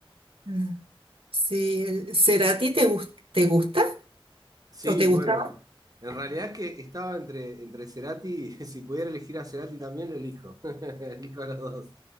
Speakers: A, on the right (about 70°); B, on the right (about 40°).
A: Mm. Sí, el Cerati te gus- te gusta
B: Sí,
A: o te gustaba.
B: bueno, en realidad es que estaba entre, entre Cerati, y <laughs> si pudiera elegir a Cerati también lo elijo. <laughs> Elijo a los dos.